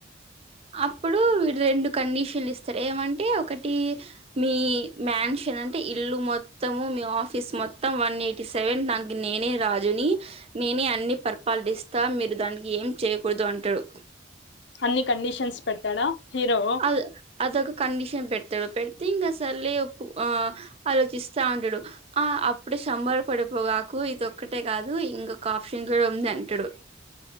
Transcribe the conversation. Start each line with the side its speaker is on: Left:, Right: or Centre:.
Right: అప్పుడు వీడు రెండు కండిషన్లు ఇస్తారు ఏమంటే ఒకటి మీ మ్యాన్స్ ఎనంటే ఇల్లు మొత్తము మీ ఆఫీస్ మొత్తం వన్ ఎయిటీ సెవెన్ దానికి నేనే రాజుని నేనే అన్ని పరిపాలిస్తా మీరు దానికి ఏం చేయకూడదు అంటాడు
Left: అన్ని కండిషన్స్ పెడతాడా హీరో
Right: అదు అదకు కండిషన్ పెడతాడు పెట్టి ఇంగ సర్లే ఒప్పుకొ ఆ ఆలోచిస్తా ఉంటాడు అప్పుడు సంబరపడిపోగాకు ఇది ఒక్కటే గాదు ఇంకొక ఆప్షన్ కూడా ఉంది అంటాడు